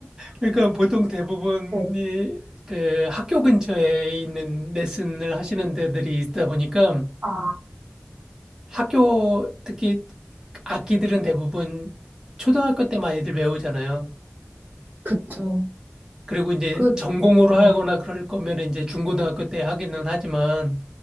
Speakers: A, on the right; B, on the right.
A: 그러니까 보통 대부분이
B: 네.
A: 그 학교 근처에 있는 레슨을 하시는 데들이 있다 보니까
B: 아,
A: 학교 특히 악기들은 대부분 초등학교 때 많이들 배우잖아요.
B: 그쵸.
A: 그리고 이제
B: 그,
A: 전공으로
B: 네.
A: 하거나 그럴 거면 이제 중고등학교 때 하기는 하지만